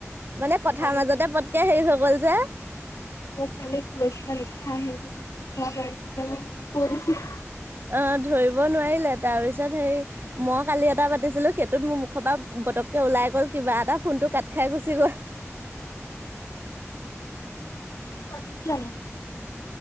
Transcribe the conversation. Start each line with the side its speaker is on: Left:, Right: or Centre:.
Right: মানে কথাৰ
Left: কালি
Right: মাজতে পটকে হেৰি হৈ গল যে
Left: মই কালি পইচাৰ হিচাপ কৰিছিল এনেকে কৰিছিল
Right: অহ ধৰিব নোৱাৰিলে তাৰ পিছত হেৰি মই কালি এটা পাতিছিলো সে সেইতো মোৰ মুখৰ পৰা পটককে ওলাই গ'ল কিবা এটা ফোনটো কাট খাই গুচি গ'ল <inaudible> <unintelligible>
Left: কি জানো?